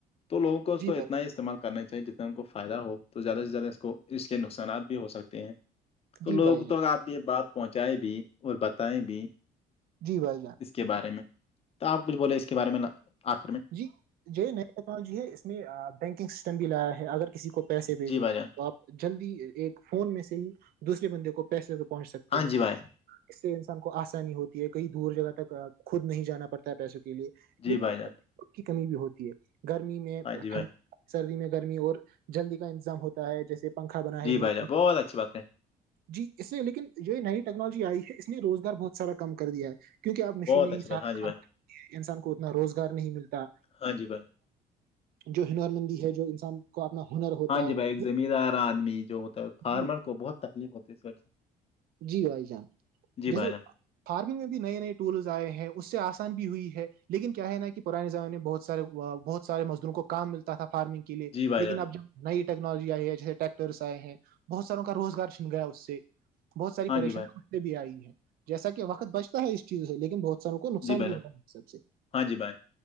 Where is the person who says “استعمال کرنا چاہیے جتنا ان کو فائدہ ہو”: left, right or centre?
Left